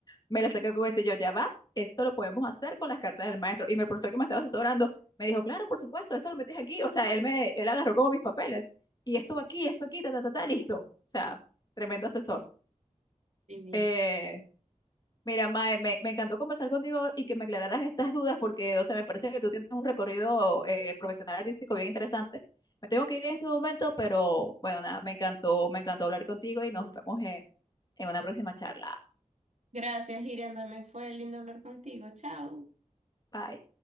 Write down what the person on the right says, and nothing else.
Sí, mismo.
Gracias, Irian, también fue lindo hablar contigo. Chao.